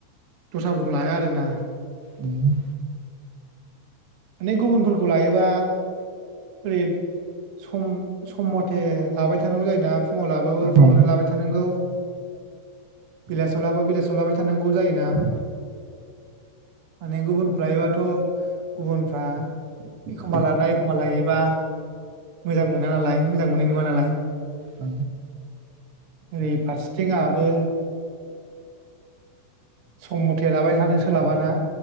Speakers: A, on the right; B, on the right.
A: दस्राफोरखौ लाया आरोना
B: उम
A: माने गुबुनफोरखौ लायोबा ओरै सम सम मथे लाबाय थानांगौ जायोना फुङाव लाबाबो फुङावनो
B: औ
A: लाबाय थानांगौ <unintelligible> बेलासेयावनो लाबाय थांगौ गौ जायोना
B: औ
A: माने गुबुनखौ लायोबाथ' गुबुनफ्रा एखमबा लानाय एखमबा लायोबा मोजां मोना नालाय मोजां मोननाय नङा नालाय
B: औ
A: ओरै फारसेथिंआहाबो सम मथे लाबाय थानो सोलाबाना